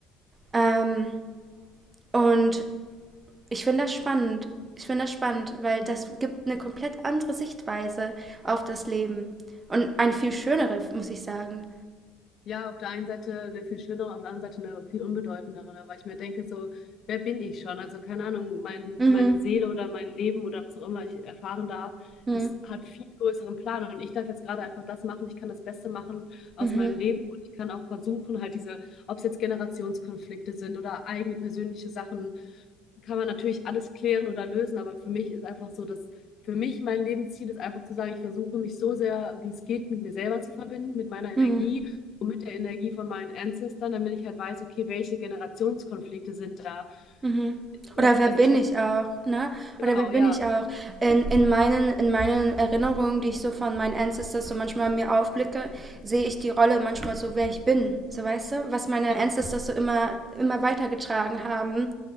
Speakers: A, on the right; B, on the left.
A: Ähm, und ich finde das spannend. Ich finde das spannend, weil das gibt eine komplett andere Sichtweise auf das Leben. Und eine viel schönere, muss ich sagen.
B: Ja, auf der einen Seite eine viel schönere, auf der anderen Seite eine viel unbedeutendere, weil ich mir denke, so, wer bin ich schon? Also keine Ahnung, mein,
A: Mhm.
B: meine Seele oder mein Leben oder was auch immer ich erfahren darf,
A: Mhm.
B: es hat viel größeren Plan und ich darf jetzt gerade einfach das machen, ich kann das Beste machen aus
A: Mhm.
B: meinem Leben und ich kann auch versuchen, halt diese, ob es jetzt Generationskonflikte sind oder eigene persönliche Sachen, kann man natürlich alles klären oder lösen, aber für mich ist einfach so, dass für mich mein Lebensziel ist einfach zu sagen, ich versuche mich so sehr, wie es geht, mit mir selber zu verbinden, mit meiner Energie
A: Mhm.
B: und mit der Energie von meinen Ancestern, damit ich halt weiß, okay, welche Generationskonflikte sind da.
A: Mhm.
B: Zum
A: Oder
B: Beispiel,
A: wer
B: dass
A: bin
B: ich habe,
A: ich auch, ne?
B: genau,
A: Oder wer bin
B: ja,
A: ich auch? In, in meinen, in meinen Erinnerungen, die ich so von meinen Ancestors so manchmal mir aufblicke, sehe ich die Rolle manchmal so, wer ich bin. So weißt du, was meine
B: ja,
A: Ancestors so immer, immer weitergetragen haben.